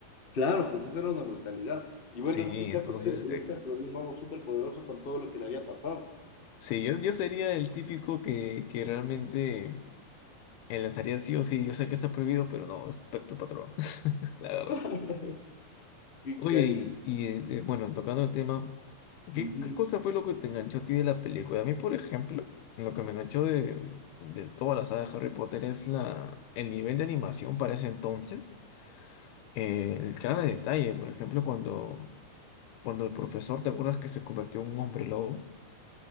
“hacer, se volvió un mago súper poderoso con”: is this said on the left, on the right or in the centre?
Left